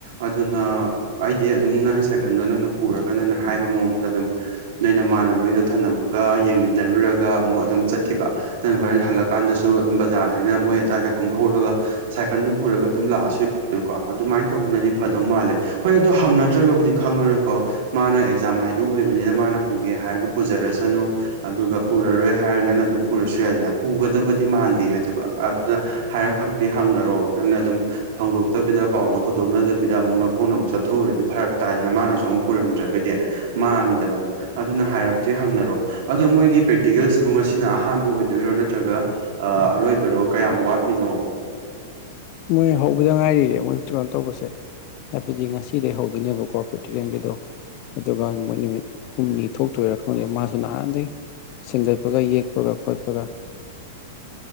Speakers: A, on the right; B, on the left.
A: ꯑꯗꯨꯅ ꯑꯩꯗꯤ ꯑꯗꯨꯝ ꯅꯪꯅ ꯁꯥꯏꯀꯜꯗꯣ ꯅꯪꯅ ꯄꯨꯔꯒ ꯅꯪꯅ ꯍꯥꯏꯕ ꯃꯑꯣꯡꯗ ꯑꯗꯨꯝ ꯅꯣꯏ ꯅꯃꯥꯟꯅꯕꯒꯤꯗ ꯊꯝꯂꯝꯃꯒ ꯌꯦꯡꯃꯤꯟꯅꯔꯨꯔꯒ ꯑꯃꯨꯛ ꯑꯗꯨꯝ ꯆꯠꯈꯤꯕ ꯅꯪ ꯍꯣꯔꯦꯟ ꯍꯜꯂꯛꯑꯥ ꯀꯥꯟꯗꯁꯨ ꯑꯗꯨꯝ ꯕꯖꯥꯔꯗꯩꯅ ꯃꯣꯏ ꯑꯗꯥꯏꯗ ꯀꯨꯝꯍꯧꯔꯒ ꯁꯥꯏꯀꯜꯗꯨ ꯄꯨꯔꯒ ꯑꯗꯨꯝ ꯂꯥꯛꯑꯁꯨ ꯑꯗꯨ ꯀꯣ ꯑꯗꯨꯃꯥꯏꯅ ꯇꯧꯕꯅꯗꯤ ꯐꯗꯧ ꯃꯥꯜꯂꯦ ꯍꯣꯏ ꯑꯗꯨ ꯍꯪꯅꯗ꯭ꯔꯒꯕꯨꯗꯤ ꯈꯪꯉꯔꯣꯏꯀꯣ ꯃꯥꯅ ꯑꯦꯛꯖꯥꯝ ꯍꯥꯏꯗꯣ ꯑꯣꯏꯕꯅꯤꯅ ꯃꯥꯅ ꯄꯨꯒꯦ ꯍꯥꯏꯔꯒ ꯄꯨꯖꯔꯁꯅꯨ ꯑꯗꯨꯒ ꯄꯨꯔꯔꯣꯏ ꯍꯥꯏꯔꯒ ꯅꯪꯅ ꯑꯗꯨꯝ ꯄꯨꯔꯁꯨ ꯌꯥꯏꯅ ꯄꯨꯒꯗꯕꯗꯤ ꯃꯥꯟꯗꯦ ꯑꯗꯨ ꯑꯗꯨꯅ ꯍꯥꯏꯔꯞ ꯍꯪꯗꯤ ꯍꯪꯅꯔꯣ ꯅꯪꯅ ꯑꯗꯨꯝ ꯍꯪꯗꯣꯛꯇꯕꯤꯗ ꯄꯥꯎꯗꯣ ꯍꯧꯗꯣꯛꯅꯗꯕꯤꯗ ꯑꯃꯨꯛ ꯅꯈꯣꯡꯅ ꯑꯃꯨꯛ ꯆꯠꯊꯣꯛꯎꯔꯗꯤ ꯐꯔꯛ ꯇꯥꯏꯗꯅ ꯃꯥꯅꯁꯨ ꯑꯃꯨꯛ ꯄꯨꯔꯝꯗ꯭ꯔꯒꯗꯤ ꯃꯥꯡꯉꯤꯗꯅ ꯑꯗꯨꯅ ꯍꯥꯏꯔꯞꯇꯤ ꯍꯪꯅꯔꯣ ꯑꯗꯣ ꯃꯣꯏꯒꯤ ꯄ꯭ꯔꯦꯛꯇꯤꯀꯦꯜꯁꯤꯕꯨ ꯉꯁꯤꯅ ꯑꯍꯥꯟꯕ ꯑꯣꯏꯗꯣꯏꯔꯣ ꯅꯠꯇ꯭ꯔꯒ ꯑ ꯑꯔꯣꯏꯕꯔꯣ ꯀꯌꯥꯝ ꯋꯥꯠꯂꯤꯅꯣ
B: ꯃꯣꯏ ꯍꯧꯕꯗ ꯉꯥꯏꯔꯤꯌꯦ ꯃꯣꯏ ꯀꯩꯅꯣ ꯇꯧꯕꯁꯦ ꯍꯥꯏꯕꯗꯤ ꯉꯁꯤꯗꯩ ꯍꯧꯗꯣꯏꯅꯦꯕꯀꯣ ꯄ꯭ꯔꯦꯛꯇꯤꯀꯦꯜꯒꯤꯗꯣ ꯑꯗꯨꯒ ꯃꯣꯏ ꯅꯨꯃꯤꯠ ꯍꯨꯝꯅꯤ ꯊꯣꯛꯇꯣꯏꯔꯥ ꯈꯪꯗꯦ ꯃꯥꯁꯨ ꯅꯍꯥꯟꯗꯒꯤ ꯁꯤꯟꯒꯠꯄꯒ ꯌꯦꯛꯄꯒ ꯈꯣꯠꯄꯒ